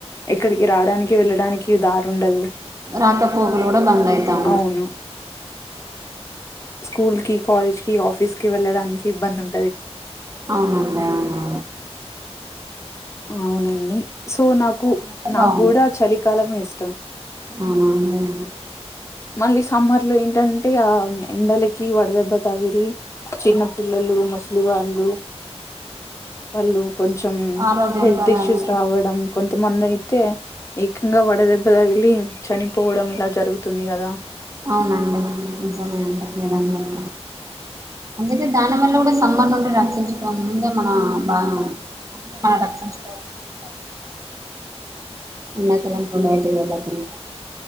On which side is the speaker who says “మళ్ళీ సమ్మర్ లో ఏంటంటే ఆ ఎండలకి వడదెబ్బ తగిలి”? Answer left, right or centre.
Left